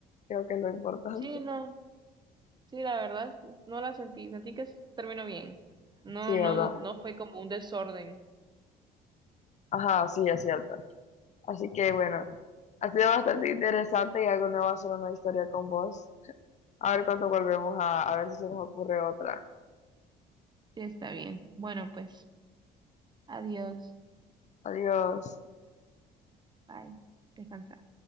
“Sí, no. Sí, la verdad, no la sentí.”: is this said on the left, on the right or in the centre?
Right